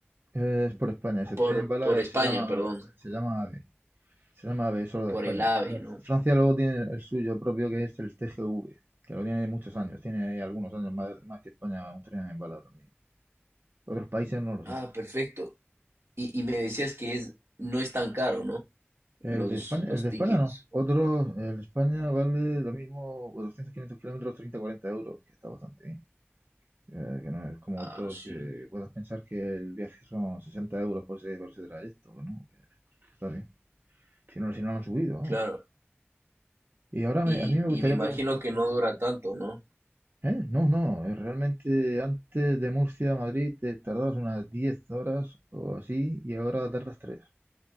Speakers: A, on the right; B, on the right.
A: Es por España. Ese
B: por,
A: tren en bala
B: por España,
A: eh, se llama
B: perdón,
A: AVE. Se llama AVE. Se llama AVE solo
B: por
A: de España.
B: el AVE,
A: Eh,
B: ¿no?
A: Francia luego tiene el suyo propio que es el TGV, que lo tiene muchos años. Tiene ahí algunos años más, más que España un tren en bala también. Otros países no lo
B: Ah,
A: sé.
B: perfecto. Y, y me decías que es, no es tan caro, ¿no?
A: El
B: Los,
A: de España,
B: los
A: el de
B: tickets.
A: España no. Otros, el de España vale lo mismo 200, 500 kilómetros, 30, 40 euros, que está bastante bien. Eh, que no es como otro
B: Ah, sí,
A: que puedas pensar que el viaje son 60 euros por ese, por ese trayecto, ¿no? Está bien. Si no, si no lo han subido,
B: claro.
A: ¿no? Y ahora
B: Y,
A: me- a mí me
B: y
A: gustaría
B: me imagino
A: preguntarte,
B: que no dura tanto, ¿no?
A: ¿eh? No, no, eh, realmente antes de Murcia a Madrid te tardabas unas 10 horas o así y ahora tardas 3.